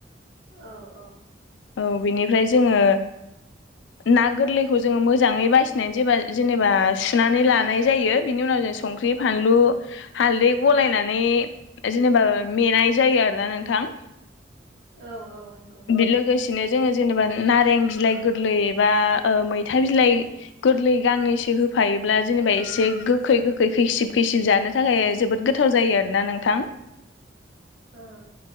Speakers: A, on the right (about 70°); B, on the left (about 80°).
A: औ औ।
B: औ बिनिफ्राय जोङो ना गोरलैखौ जोङो मोजाङै बासिनायनानै जेबा जेनेबा सुनानै लानाय जायो बिनि उनाव जों संख्रि फानलु हालदै गलायनानै जेनेबा मेनाय जायो आरोना नोंथां।
A: औ औ नोंगौ।
B: लोगोसेनो जोङो जेनेबा नारें बिलाइ गोरलै एबा ओ मैथा बिलाइ गोरलै गांनैसो होफायोब्ला जेनेबा एसे गोखै गोखै खैसिब खैसिब जानो थाखाय जोबोद गोथाव जायो आरोना नोंथां।
A: औ